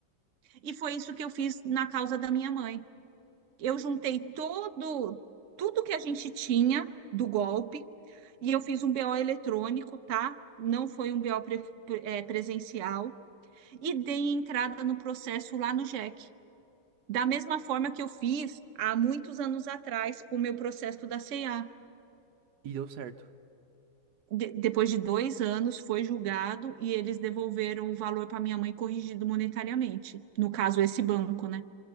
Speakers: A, on the right; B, on the right.
A: E foi isso que eu fiz na causa da minha mãe. Eu juntei todo, tudo que a gente tinha do golpe e eu fiz um BO eletrônico, tá? Não foi um BO pre- pre- eh, presencial. E dei entrada no processo lá no JEC. Da mesma forma que eu fiz há muitos anos atrás com o meu processo da CEA.
B: E deu certo.
A: De- depois de dois anos, foi julgado e eles devolveram o valor para minha mãe corrigido monetariamente. No caso, esse banco, né?